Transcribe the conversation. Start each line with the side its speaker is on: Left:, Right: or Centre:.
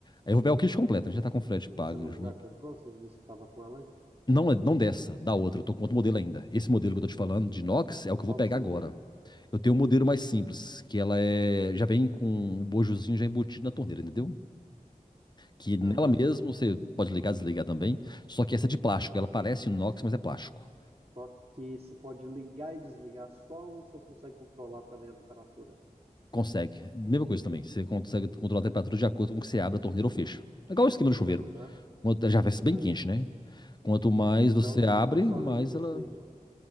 Left: Aí eu vou ver o kit completo, né? Já tá com o frete pago
Right: Mas você não
Left: junto.
Right: já comprou? Você não disse que estava com ela? hein?
Left: Não, é, não dessa, da outra. Eu tô com outro modelo ainda. Esse modelo que eu tô te falando, de inox, é o que
Right: Qual
Left: eu vou pegar
Right: que você
Left: agora.
Right: tem?
Left: Eu tenho um modelo mais simples, que ela é, já vem com o bojozinho já embutido na torneira, entendeu? Que nela
Right: Aham.
Left: mesmo você pode ligar, desligar também. Só que essa é de plástico, ela parece inox, mas é plástico.
Right: Só que você pode ligar e desligar só ou você consegue controlar também a temperatura?
Left: Consegue. Mesma coisa também. Você consegue controlar a temperatura de acordo com o que você abre a torneira ou fecha. É igual o esquema do chuveiro.
Right: Aham.
Left: Quanto- ela já vai
Right: Você...
Left: ser bem quente, né? Quanto mais
Right: É, então,
Left: você abre,
Right: então só
Left: mais
Right: liga e desliga.
Left: ela.